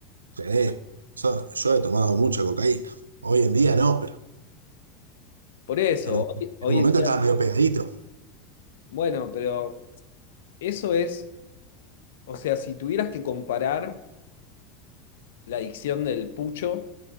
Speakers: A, on the right; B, on the left.
A: sí. Yo, yo he tomado mucha cocaína. Hoy en día no, pero
B: Por eso,
A: en un,
B: hoy, hoy
A: en un momento
B: en día,
A: estaba medio pegadito.
B: bueno, pero eso es, o sea, si tuvieras que comparar la adicción del pucho